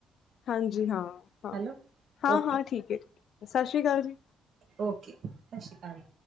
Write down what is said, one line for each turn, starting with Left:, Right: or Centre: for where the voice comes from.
Left: ਹਾਂਜੀ ਹਾਂ, ਹਾਂ,
Right: ਹੈਲੋ
Left: ਹਾਂ,
Right: ਓਕੇ
Left: ਹਾਂ ਠੀਕ ਹੈ ਠੀਕ ਸਤਿ ਸ਼੍ਰੀ ਅਕਾਲ ਜੀ।
Right: ਓਕੇ, ਸਤਿ ਸ਼੍ਰੀ ਅਕਾਲ।